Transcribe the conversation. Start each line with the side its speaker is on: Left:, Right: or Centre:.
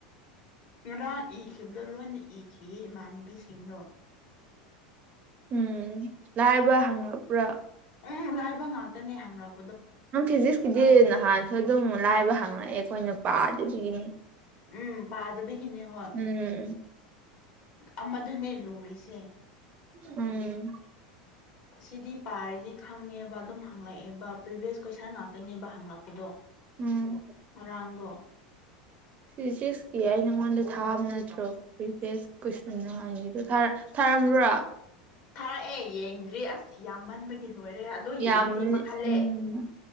Left: ꯉꯔꯥꯡ ꯏꯈꯤꯕꯗꯣ ꯂꯣꯏꯅ ꯏꯈꯤꯌꯦ ꯏꯃꯥꯟꯅꯕꯤꯁꯤꯡꯗꯣ
Right: ꯎꯝ ꯂꯥꯏꯕ ꯍꯪꯉꯛꯄ꯭ꯔ
Left: ꯎꯝ ꯂꯥꯏꯕ ꯉꯥꯛꯇꯅꯦ ꯍꯪꯉꯛ
Right: ꯅꯪ ꯐꯤꯖꯤꯛꯁꯀꯤꯗꯤ ꯅꯍꯥꯟꯁꯨ ꯑꯗꯨꯝ ꯂꯥꯏꯕ ꯍꯪꯂꯛꯑꯦ ꯑꯩꯈꯣꯏꯅ ꯄꯥꯗꯕꯒꯤꯅꯤ
Left: ꯎꯝ ꯄꯥꯗꯕꯒꯤꯅꯦ ꯍꯣꯏ
Right: ꯎꯝ
Left: ꯑꯃꯗꯨꯅꯦ ꯂꯨ ꯔꯤꯁꯦ
Right: ꯎꯝ
Left: ꯁꯤꯗꯤ ꯄꯥꯔꯗꯤ ꯈꯪꯉꯦꯕ ꯑꯗꯨꯝ ꯍꯪꯂꯛꯑꯦꯕ ꯄ꯭ꯔꯤꯚ꯭ꯌꯁ ꯀꯣꯏꯁꯟ ꯉꯥꯛꯇꯅꯦꯕ ꯍꯪꯉꯛꯄꯗꯣ
Right: ꯎꯝ
Left: ꯉꯔꯥꯡꯗꯣ
Right: ꯐꯤꯖꯤꯛꯁꯀꯤ ꯑꯩ ꯅꯉꯣꯟꯗ ꯊꯥꯕ ꯅꯠꯇ꯭ꯔꯣ ꯄꯔꯤꯚꯦꯁ ꯀꯣꯏꯁꯟ ꯅꯍꯥꯟꯒꯤꯗꯣ ꯊꯥꯔ ꯊꯥꯔꯝꯕ꯭ꯔꯣ
Left: ꯊꯥꯥꯔꯛꯑꯦ ꯌꯦꯡꯗ꯭ꯔꯤ ꯑꯁ ꯌꯥꯝꯃꯟꯕꯒꯤ ꯗꯤ ꯂꯣꯏꯔꯦꯗ ꯑꯗꯨ ꯌꯦꯡꯉꯗꯤ
Right: ꯌꯥꯝꯕꯅꯤ
Left: ꯄꯥꯈꯠꯂꯦ
Right: ꯎꯝ